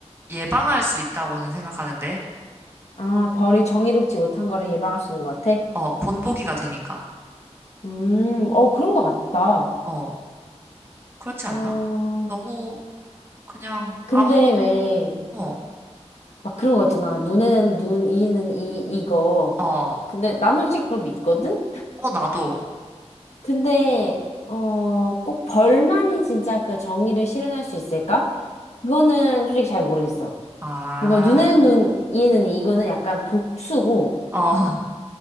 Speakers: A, on the right; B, on the left.
A: 예방할 수 있다고는 생각하는데,
B: 아, 벌이 정의롭지 못한 거를 예방할 수 있는 것 같아.
A: 어, 본보기가 되니까.
B: 음, 어, 그런 것 같다.
A: 어, 그렇지
B: 어,
A: 않나? 너무 그냥
B: 근데
A: 아무,
B: 왜
A: 어,
B: 막 그런 거 있잖아. 눈에는 눈, 이에는 이, 이거.
A: 어,
B: 근데 나는 솔직히 그걸 믿거든.
A: 어, 나도.
B: 근데 어, 꼭 벌만이 진짜 그 정의를 실현할 수 있을까? 그거는 솔직히 잘 모르겠어.
A: 아,
B: 뭔가 눈에는 눈, 이에는 이. 이거는 약간 복수고
A: 어,